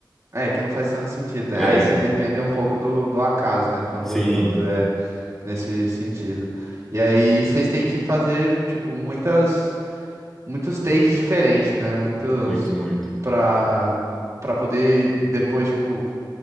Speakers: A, on the right; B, in the centre.
A: É, que não faz tanto sentido. né?
B: É,
A: Aí vocês dependem um pouco do, do acaso, né? Quando,
B: sim,
A: quando é nesse sentido. E aí vocês têm que fazer, tipo, muitas, muitos takes diferentes, né? Muitos
B: muito, muito.
A: pra, pra poder depois, tipo,